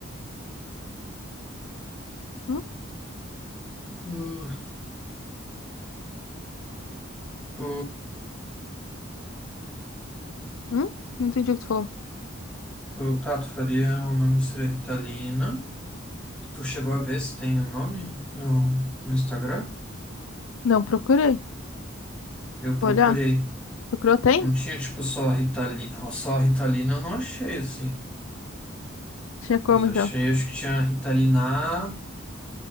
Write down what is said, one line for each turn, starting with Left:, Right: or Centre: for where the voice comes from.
Left: Hum?
Centre: Hum, Tu,
Left: Hum? Não entendi o que tu falou.
Centre: tu, tá, tu faria o nome seria Ritalina. Tu chegou a ver se tem o nome no, no Instagram?
Left: Não, procurei.
Centre: Eu procurei.
Left: Vou olhar. Procurou, tem?
Centre: Não tinha, tipo, só Ritalina, só Ritalina eu não achei, assim.
Left: Tinha como,
Centre: Mas eu
Left: então.
Centre: achei, acho que tinha Ritalina A,